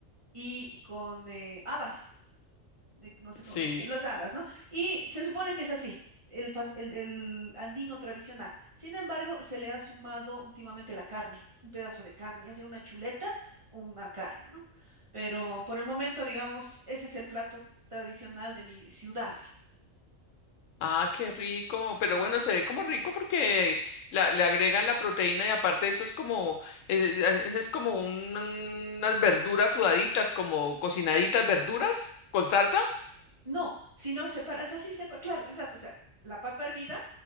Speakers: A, on the right; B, on the left.
A: y con eh, habas de- no sé
B: sí.
A: cómo, las habas, ¿no? Y se supone que es así, el, pas- el, el andino tradicional. Sin embargo, se le ha sumado últimamente la carne, un pedazo de carne, ya sea una chuleta o una carne, ¿no? Pero por el momento, digamos, ese es el plato tradicional de mi ciudad.
B: Ah, qué rico. Pero bueno, se ve como rico porque la- le agregan la proteína y aparte eso es como, eh, eh, eso es como un- unas verduras sudaditas, como cocinaditas verduras con salsa.
A: No, sino separas, así separa, claro, exacto, o sea, la papa hervida,